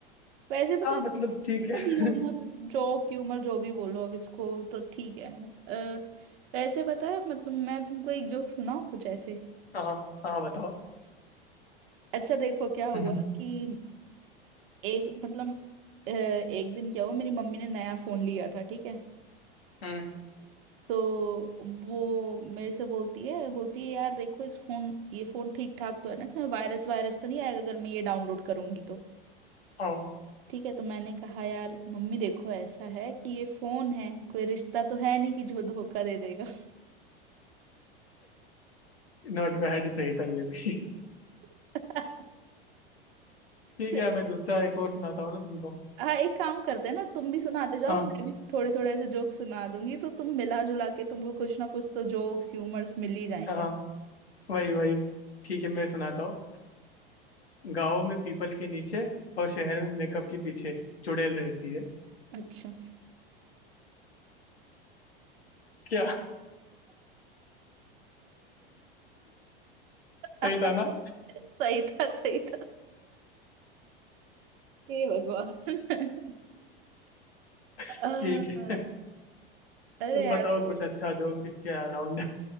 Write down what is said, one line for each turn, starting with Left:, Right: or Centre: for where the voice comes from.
Right: वैसे पता
Left: हाँ
Right: है
Left: मतलब
Right: मतलब
Left: ठीक है
Right: ह्यूमर
Left: <laughs>
Right: जोक ह्यूमर जो भी बोलो अब इसको तो ठीक है अ, वैसे पता है मतलब मैं तुमको एक जोक सुनाऊँ कुछ ऐसे
Left: हाँ हाँ बताओ
Right: अच्छा देखो क्या हुआ
Left: हम्म
Right: कि एक मतलब अ, एक दिन क्या हुआ मेरी मम्मी ने नया फोन लिया था ठीक है
Left: हम्म,
Right: तो वो मेरे से बोलती है बोलती है यार देखो इस फोन ये फोन ठीक ठाक तो है ना इसमें वायरस वायरस तो नहीं आएगा अगर मैं ये डाउनलोड करूंगी तो
Left: हाँ
Right: ठीक है तो मैंने कहा यार मम्मी देखो ऐसा है कि ये फोन है कोई रिश्ता तो है नहीं कि जो धोखा दे देगा
Left: <laughs> नॉट बैड ही सही था ये भी
Right: <laughs>
Left: ठीक
Right: चलो
Left: है मैं दूसरा एक और सुनाता हूँ ना तुमको
Right: हाँ एक काम करते हैं ना तुम भी सुनाते जाओ
Left: हाँ
Right: मैं भी थोड़े थोड़े ऐसे जोक्स सुना दूंगी तो तुम मिला जुला के तुमको कुछ ना कुछ तो जोक्स ह्यूमर्स मिल ही जाएंगे
Left: हाँ हाँ, वही वही ठीक है मैं सुनाता हूँ गाँव में पीपल के नीचे और शहर में मेकअप के पीछे चुड़ैल रहती है
Right: अच्छा
Left: क्या
Right: <laughs>
Left: सही था ना
Right: सही था सही था हे भगवान <laughs>
Left: ठीक
Right: अ-
Left: है
Right: अरे
Left: तुम
Right: यार
Left: बताओ कुछ अच्छा जोक इसके अराउंड